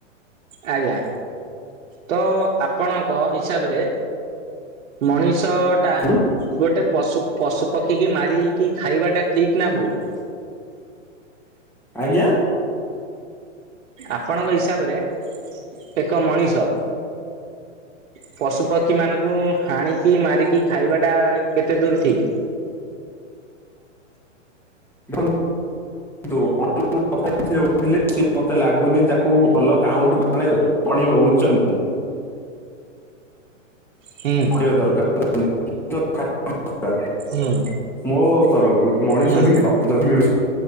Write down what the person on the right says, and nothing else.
ଆଜ୍ଞା ତ ଆପଣଙ୍କ ହିସାବରେ ମଣିଷ ଟା
ଗୋଟେ ପଶୁ। ପଶୁ ପକ୍ଷୀ କିି ମାରିକି ଖାଇବା ଟା ଠିକ ନା ଭୁଲ?
ଆପଣଙ୍କ ହିସାବରେ ଏକ ମଣିଷ ପଶୁପକ୍ଷୀ ମାନଙ୍କୁ ହାଣିକି ମାରିକି ଖାଇବା ଟା କେତେ ଦୂର ଠିକ୍?
ହୁଁ
ହୁଁ
ହୁଁ